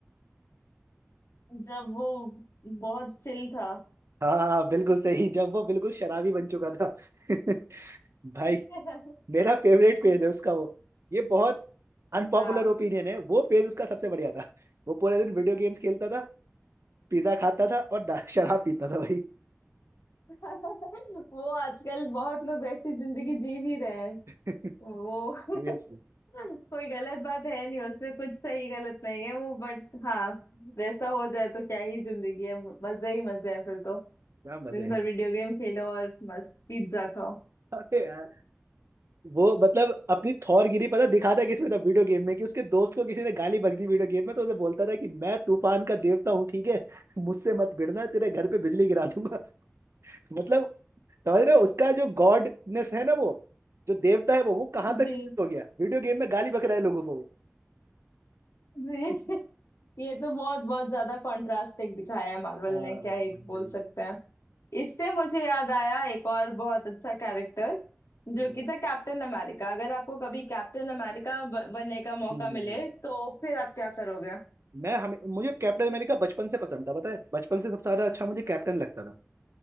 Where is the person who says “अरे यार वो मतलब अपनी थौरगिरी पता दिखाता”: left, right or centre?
Right